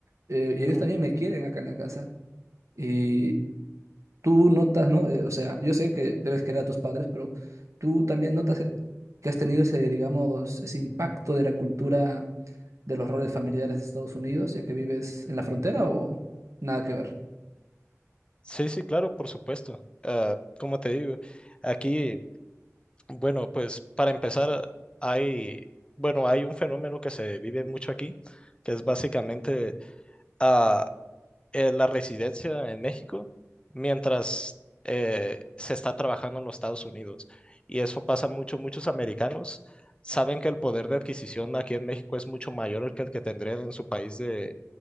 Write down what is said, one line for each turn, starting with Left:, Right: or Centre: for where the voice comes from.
Right: Eh, y
Left: ujú.
Right: ellos también me quieren acá en la casa. y tú notas, ¿no? Eh, o sea, yo sé que debes querer a tus padres, pero tú también notas que has tenido ese, digamos, ese impacto de la cultura de los roles familiares de Estados Unidos, ya que vives en la frontera o nada que ver
Left: Sí, sí, claro, por supuesto. Ah, como te digo, aquí, bueno, pues para empezar, hay, bueno, hay un fenómeno que se vive mucho aquí, que es básicamente ah, eh, la residencia en México mientras eh, se está trabajando en los Estados Unidos. Y eso pasa mucho. Muchos americanos saben que el poder de adquisición aquí en México es mucho mayor el que el que tendrían en su país de,